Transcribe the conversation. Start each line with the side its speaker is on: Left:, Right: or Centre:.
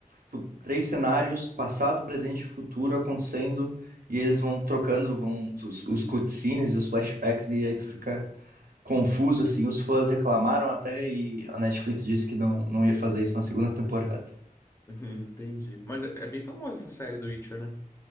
Right: fu- três cenários, passado, presente e futuro, acontecendo, e eles vão trocando, vão os, os cutscenes e os flashbacks, e aí tu fica confuso, assim, os fãs reclamaram até e a Netflix disse que não, não ia fazer isso na segunda <laughs> temporada.
Left: Uhum, Entendi. Mas é é bem famosa essa série do Witcher, né?